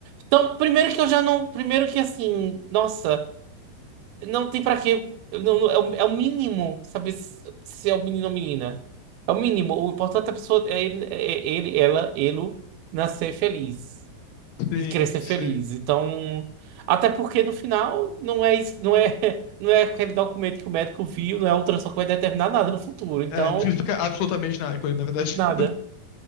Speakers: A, on the right; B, on the left.
A: Então, primeiro que eu já não. Primeiro que assim, nossa, não tem pra quê. Não, não- é, o, é o mínimo saber se, se é o menino ou menina. É o mínimo. O importante é a pessoa, é ele, é é ele, ela, ele nascer feliz
B: Sim,
A: e crescer
B: sim.
A: feliz. Então, até porque no final não é isso, não é, <laughs> não é aquele documento que o médico viu, não é a ultrassom que vai determinar nada no futuro. Então,
B: É, não significa absolutamente nada com ele, na verdade.
A: nada.
B: <laughs>